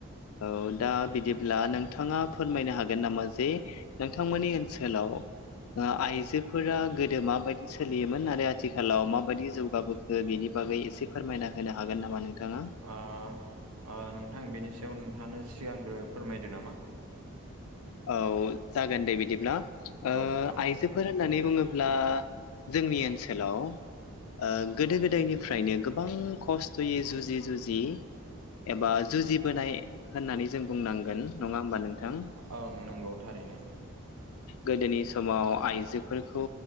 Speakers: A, on the left; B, on the right.
A: औ दा बिदिब्ला नों थाङा फोरमायनो हागोन नामा जे नोंथांमोननि ओनसोलाव आ आइजोफोरा गोदो माबायदि सोलियोमोन आरो आथि खालाव माबायदि जौगाबोखो बेनि बागै एसे फोरमायना होनो हागोन नामा नोंथाङा।
B: आ आ नोंथां बिनि सायाव नोंथाङानो सिगांग्रो फोरमायदो नामा?
A: औ जागोन दे बिदिब्ला
B: औ
A: ओ
B: औ
A: आइजो फोर होननानै बुङोब्ला जोंनि ओनसोलाव ओ गोदो गोदायनिफ्रायनो गोबां खस्थ'यै जुजि जुजि एबा जुजिबोनाय होननानै जों बुंनांगोन नङा होमबा नोंथां।
B: ओं नंगौ थारैनो।
A: गोदोनि समाव आइजोफोरखौ